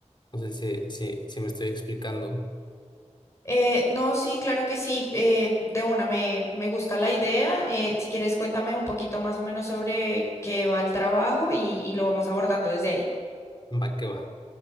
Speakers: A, on the left (about 40°); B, on the left (about 25°).
A: No sé si, si, si me estoy explicando.
B: Eh, no, sí, claro que sí. eh, de una, me, me gusta la idea. eh, si quieres, cuéntame un poquito más o menos sobre qué va el trabajo y, y lo vamos abordando desde ahí.
A: Va que va.